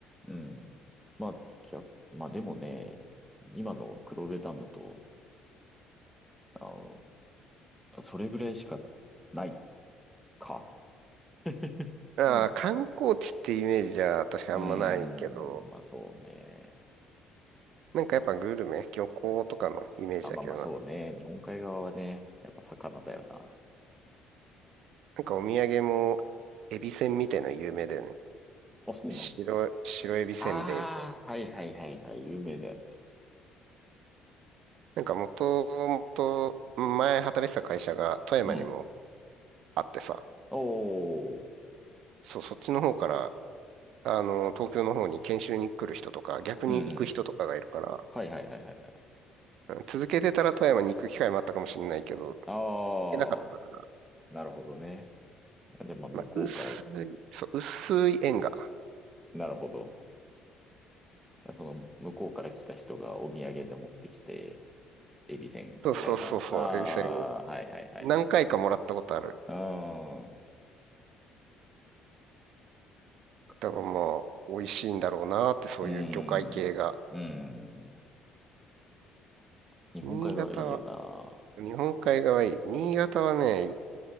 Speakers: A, in the centre; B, on the right.
A: うん。まあ、逆、まあでもね、今の黒部ダムと、あの、それぐらいしかないか。<laughs>
B: ああ、
A: うん
B: 観光地ってイメージじゃ確かあんまないけど、
A: うーん、まあそうね。
B: なんかやっぱグルメ、漁港とかのイメージだけどな。
A: あ、まあまあそうね。日本海側はね、やっぱ魚だよな。
B: なんかお土産も、エビせんみたいなの有名だよね。
A: あ、そうなの
B: 白、白エビせんべいみたいな。
A: ああー、はいはいはいはい、有名だよね。
B: なんかもともと前働いてた会社が富山にも
A: うん。
B: あってさ、
A: おー、
B: そう、そっちの方からあの、東京の方に研修に来る人とか、逆に行く人とかがいるから、
A: うんうん。はいはいはいはいはい。
B: うん続けてたら富山に行く機会もあったかもしれないけど、行
A: ああ、
B: けなかったから、
A: なるほどね。あじゃあまあ向こうから、
B: まあ、薄い、そう、薄い縁が。
A: なるほど。その向こうから来た人がお土産で持ってきて、エビせんみたいな。
B: そうそうそうそう、
A: ああ、
B: エビせん、
A: はいはいはいはい。
B: 何回かもらったことある。
A: あ
B: だからもう、
A: あ、
B: 美味しいんだろうなーって、そういう魚介系が。
A: うーん、うーん。日本海側いいよな。
B: 新潟は、日本海側いい。新潟はね、